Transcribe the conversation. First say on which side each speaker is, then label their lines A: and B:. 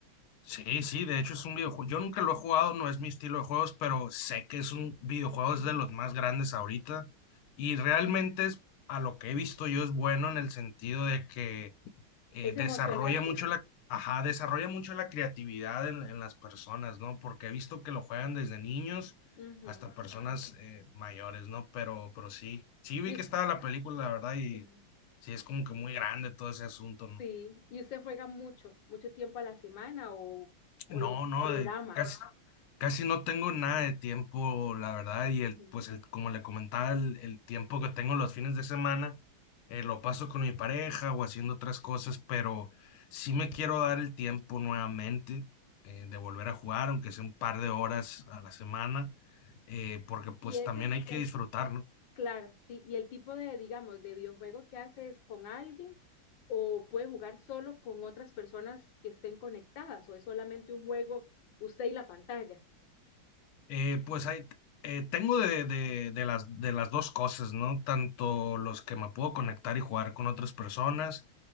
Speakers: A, on the left; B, on the left.
A: Sí, sí, de hecho es un videojuego. Yo nunca lo he jugado, no es mi estilo de juegos, pero sé que es un videojuego
B: Ujú.
A: es de los más grandes ahorita. Y realmente es, a lo que he visto yo es bueno en el sentido de que eh,
B: Es
A: desarrolla
B: emocionante.
A: mucho la, ajá, desarrolla mucho la creatividad en, en las personas, ¿no? Porque he visto que lo juegan desde niños
B: Ujú.
A: hasta personas eh, mayores, ¿no? Pero, pero sí, sí vi
B: Y
A: que
B: us-
A: estaba la película, la verdad, y
B: ujú.
A: sí es como que muy grande todo ese asunto, ¿no?
B: Sí, y usted juega mucho, mucho tiempo a la semana o, o
A: No,
B: lo
A: no,
B: programa.
A: de- casi, casi no tengo nada de tiempo, la verdad, y
B: Ujú.
A: el, pues el, como le comentaba, el, el tiempo que tengo los fines de semana, eh, lo paso con mi pareja o haciendo otras cosas, pero sí me quiero dar el tiempo nuevamente eh, de volver a jugar, aunque sea un par de horas a la semana, eh, porque pues
B: Y ese,
A: también hay que
B: el
A: disfrutar, ¿no?
B: Claro, sí, y el tipo de, digamos, de videojuego que haces con alguien o puede jugar solo con otras personas que estén conectadas o es solamente un juego usted y la pantalla.
A: Eh, pues hay, eh, tengo de, de- de las, de las dos cosas, ¿no? Tanto
B: Ujú,
A: los que me puedo conectar y jugar con otras personas,